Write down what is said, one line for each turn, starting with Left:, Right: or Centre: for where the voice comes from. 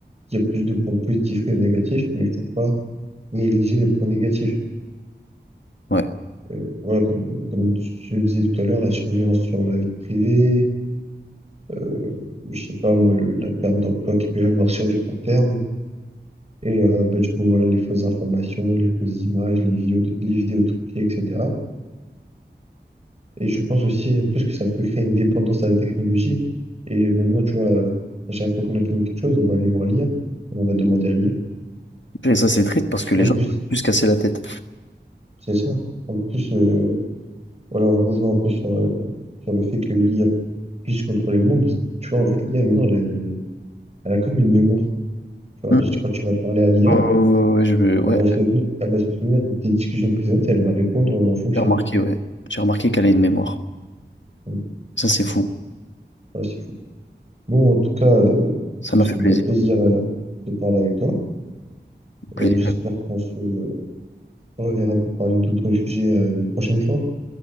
Right: il y a plus de points positifs que de négatifs, mais il faut pas négliger les points négatifs.
Left: Ouais.
Right: Euh, voilà, comme, euh, comme je le disais tout à l'heure, la surveillance sur la vie privée, euh, je sais pas moi, le- la perte d'emploi qu'il peut y avoir sur du court terme, et euh, bah, du coup, voilà, les fausses informations, les fausses images, les vidéos, les vidéos truquées, etc. Et je pense aussi en plus que ça peut créer une dépendance à la technologie. Et maintenant, tu vois, à chaque fois qu'on a besoin de quelque chose, on va aller voir lire, on va demander à lire.
Left: Et ça, c'est triste parce que
Right: Et
Left: les
Right: en
Left: gens
Right: plus,
Left: peuvent plus se casser la tête.
Right: c'est ça. En plus, euh, Voilà, on revenait un peu sur, euh, sur le fait que l'IA puisse contrôler le monde. Tu vois, en fait, l'IA, maintenant, elle a une- elle a comme une mémoire. Tu vois,
Left: Hmm.
Right: quand tu vas parler à l'IA,
Left: Oh, ouais, je- me- ouais,
Right: elle va se, elle va se souvenir des discussions présentes et elle va répondre euh, en fonction.
Left: j'ai remarqué, ouais. J'ai remarqué qu'elle a une mémoire.
Right: Donc,
Left: Ça, c'est fou.
Right: Voilà, c'est fou. Bon, en tout cas, euh,
Left: Ça
Right: ce
Left: m'a
Right: fut
Left: fait plaisir.
Right: un plaisir, euh, de parler avec toi.
Left: Plaisir.
Right: Euh, j'espère qu'on se reverra pour parler d'autres sujets, euh, une prochaine fois.